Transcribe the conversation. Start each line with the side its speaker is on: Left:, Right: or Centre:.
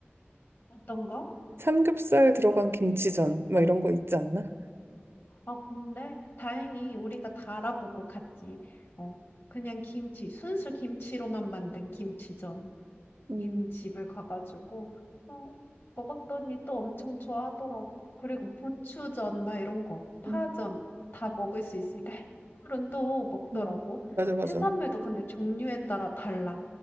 Left: 어떤 거?
Right: 삼겹살 들어간 김치전 막 이런 거 있지 않나?
Left: 아, 근데 다행히 우리가 다 알아보고 갔지. 어, 그냥 김치, 순수 김치로만 만든 김치전.
Right: 음,
Left: 인 집을 가가지고 어, 먹었더니 또 엄청 좋아하더라고. 그리고 부추전 막 이런 거, 파전
Right: 음,
Left: 다 먹을 수 있으니까 해산물은 또 먹더라고.
Right: 음. 맞아 맞아.
Left: 해산물도 근데 종류에 따라 달라.